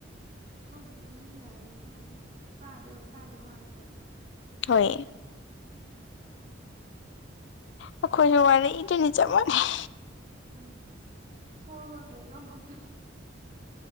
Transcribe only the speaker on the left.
ꯍꯣꯏ ꯑꯩꯈꯣꯏꯁꯨ ꯋꯥꯔ꯭ꯛ ꯏꯗꯨꯅꯤ ꯆꯞ ꯃꯥꯟꯅꯩ꯫